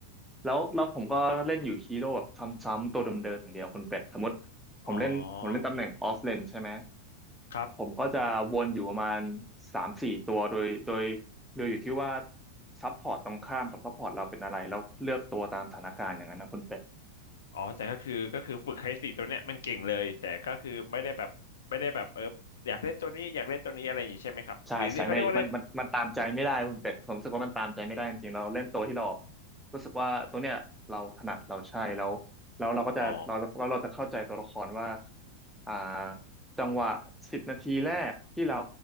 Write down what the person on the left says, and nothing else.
อ๋อครับ
อ๋อแต่ก็คือก็คือฝึกให้สี่ตัวเนี้ยมันเก่งเลยแต่ก็คือไม่ได้แบบไม่ได้แบบเอออยากเล่นตัวนี้อยากเล่นตัวนี้อะไรอย่างนี้ใช่ไหมครับหรือเขาเรียกว่าเล่น
อ๋อ